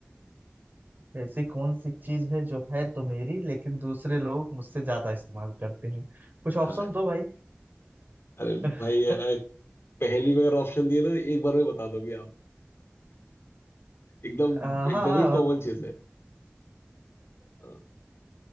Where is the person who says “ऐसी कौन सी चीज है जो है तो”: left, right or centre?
Right